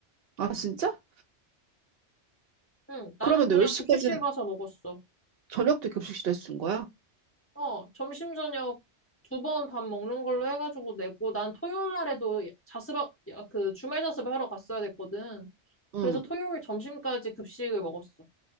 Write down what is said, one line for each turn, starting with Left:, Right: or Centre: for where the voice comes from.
Right: 아, 진짜?
Left: 응, 나는
Right: 그러면
Left: 그냥
Right: 너 10시까지는
Left: 급식실 가서 먹었어.
Right: 저녁도 급식실에서 준 거야?
Left: 어, 점심 저녁 두 번 밥 먹는 걸로 해가지고 내고 난 토요일 날에도 자습학 야, 그 주말 자습을 하러 갔어야 됐거든.
Right: 응.
Left: 그래서 토요일 점심까지 급식을 먹었어.